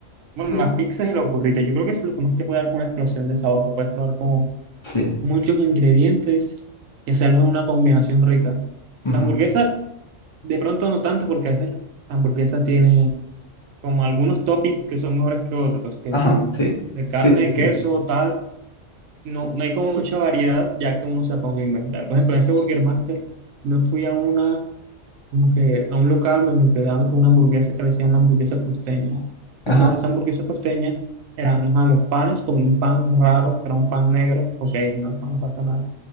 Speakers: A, on the right; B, on the left.
A: bueno,
B: Sí,
A: las pizzas y los burritos, yo creo que eso es lo que más te puede dar una explosión de sabor. Te puedes probar como
B: sí.
A: muchos ingredientes y hacerlos una combinación rica.
B: ujú.
A: La hamburguesa, de pronto no tanto, porque a veces la hamburguesa tiene como algunos toppings que son mejores que otros, que
B: Ajá,
A: si
B: sí.
A: de carne,
B: Sí, sí, sí.
A: queso, tal, no, no hay como mucha variedad, ya que uno se ponga a inventar. Por ejemplo, en ese Burger Master, me fui a una, como que a un local donde te daban con una hamburguesa que le decían la hamburguesa costeña.
B: Ajá.
A: Entonces, esa hamburguesa costeña eran ajá, los panes, como un pan raro, que era un pan negro, ok, no, no pasa nada.